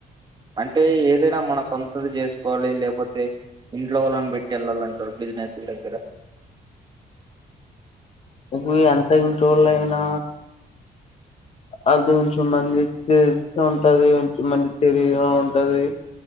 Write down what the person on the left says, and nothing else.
ఇప్పుడు ఎంత ఇంటి వాళ్ళు అయినా అది కొంచెంమంది తెలుస్తు ఉంటది కొంచంమంది తేలిగా ఉంటది